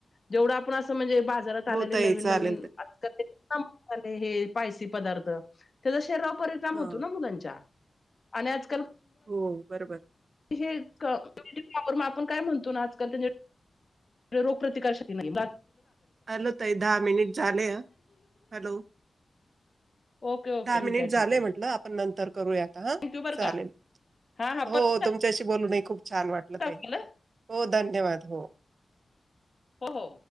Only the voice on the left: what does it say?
जेवढं आपण असं म्हणजे बाजारात आलेली
नवीन
नवीन आजकाल
ते म आलं हे <unintelligible> पायसी पदार्थ तेचा शरीरा परिणाम
होतो ना मग त्यांच्या आणि आज
हे मग आपण काय म्हणतो ना आजकाल त्यां रोग प्रतिकारश नाही
ओक क
ठीक
थँक्यू बरं
का हां हां
परत
कॉल
हो हो